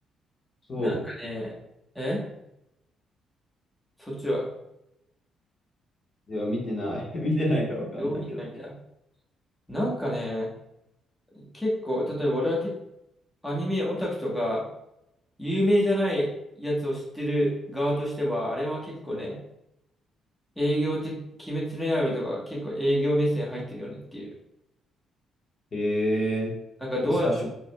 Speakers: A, on the left; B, in the centre.
A: そ
B: なんかね、えそっちは
A: う。いや、見てない。<laughs> 見てないからわかんないけど。
B: どう見たいんだ。なんかね、結構、例えば俺は結構アニメオタクとか、有名じゃないやつを知ってる側としては、あれは結構ね、営業的、鬼滅の刃とか結構営業目線入ってるよねっていう。
A: へえ。
B: なんかどうやっ
A: え最初、